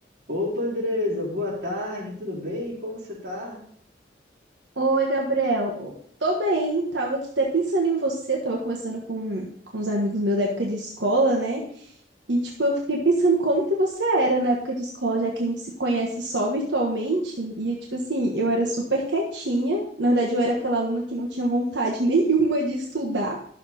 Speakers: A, on the right; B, on the right.
A: Opa, Andresa, boa tarde, tudo bem? Como você tá?
B: Oi, Gabriel. Tô bem, tava aqui até pensando em você, tava conversando com, com os amigos meus da época de escola, né? E, tipo, eu fiquei pensando como que você era na época de escola, já que a gente se conhece só virtualmente. E, tipo assim, eu era super quietinha. Na verdade, eu era aquela aluna que não tinha vontade <laughs> nenhuma de estudar,